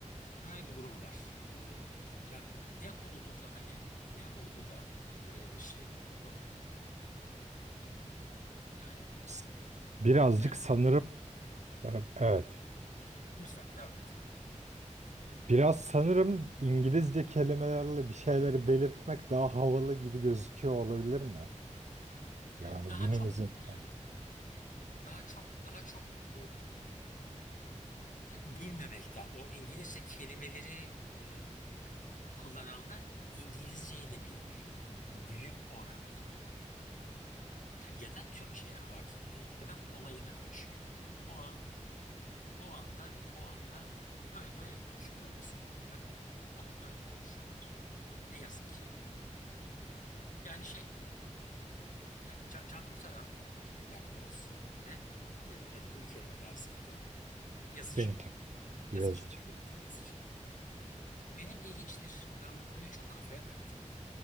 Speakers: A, on the left; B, on the right.
A: böyle bir durum var. Ee, ya bu ne oldu da hani ne oldu da e, böyle bir şey oldu? Ee, yani
B: S- Birazcık
A: ben
B: sanırım, e, evet.
A: lütfen devam et.
B: Biraz sanırım İngilizce kelimelerle bir şeyleri belirtmek daha havalı gibi gözüküyor olabilir mi? Yani
A: Ee, daha
B: günümüz
A: çok
B: insanı.
A: e, daha çok daha çok bilmemekten. O İngilizce kelimeleri e, kullananlar İngilizceyi de bilmiyor. Büyük oranda bilmiyor. Ya da Türkçe'ye hakim değil. Ya da kolayına kaçıyor. O an, o anda, o anda öyle, öyle konuşuyorlar. Öyle söyleyeyim ben. O anda öyle konuşuyorlar. Ne yazık ki. Yani şey, ya- can, can kurtaran, yapboz ve dedim, ne dedim bir kelime daha saydım. Yazıcı.
B: Printer,
A: Yazıcı.
B: yazıcı.
A: Birintel yazıcı. Ee, benim ilginçtir. Ben bu konuyu çok kafaya taktım.